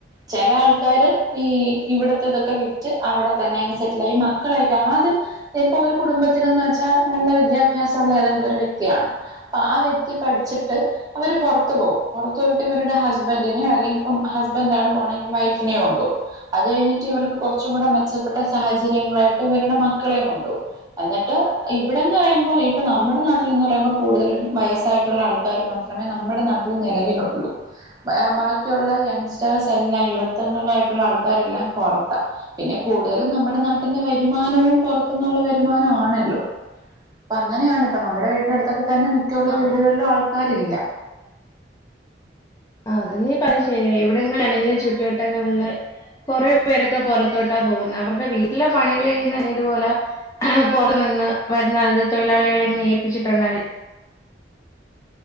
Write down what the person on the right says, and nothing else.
ചെല ആൾക്കാര് ഈ ഇവടെത്തെ തൊക്കെ വി റ്റ് അവിടെ തന്നെ അങ്ങ് സെറ്റിലായി. മക്കളെയൊക്കെ ആദ്യം ഇപ്പൊ ഒരു കുടുംബത്തിനന്ന് വെച്ചാ നല്ല വിദ്യാഭ്യാസം ഉള്ള ഏതെങ്കിലും ഒരു വ്യക്തിയാണം. അപ്പാ വ്യക്തി പഠിച്ചിട്ട് അവര് പുറത്തു പോവും. പുറത്ത് പോയിട്ട് ഇവരുടെ ഹസ്ബൻ്റിനെയോ അല്ലെങ്കി ഇപ്പം ഹസ്ബൻ്റ് ആണ് പോണെങ്കി വൈഫിനെയോ കൊണ്ടോവും. അത് കഴിഞ്ഞിട്ട് ഇവർക്ക് കുറച്ചും കൂടെ മെച്ചപ്പെട്ട സാഹചര്യങ്ങളായിട്ട് ഇവരുടെ മക്കളെയും കൊണ്ടോവും. എന്നിട്ട് ഇവിടെന്ന് പറയുമ്പോ ഇപ്പൊ നമ്മുടെ നാട്ടില് ന്ന് പറയുമ്പോ കൂടുതലും വയസ്സായിട്ടുള്ള ആൾക്കാർ മാത്രം മാത്രമേ നമ്മുടെ നാട്ടിൽ നിലവിലൊള്ളൂ. ബാക്കിയുള്ള യങ്ങ്സ്റ്റേഴ്സ് എല്ലാം യുവത്വങ്ങളു ആയിട്ടുള്ള ആൾക്കാരെല്ലാം പൊറത്താ. പിന്നെ കൂടുതലും നമ്മുടെ നാട്ടിന്റെ വരുമാനവും പുറത്തുന്നുള്ള വരുമാനമാണല്ലോ. അപ്പൊ അങ്ങനെയാണ് ഇപ്പ നമ്മുടെ വീടിന്റെ അടുത്തൊക്കെ തന്നെ മിക്ക ഉള്ള
വീടുകളിലും ആൾക്കാരില്ല.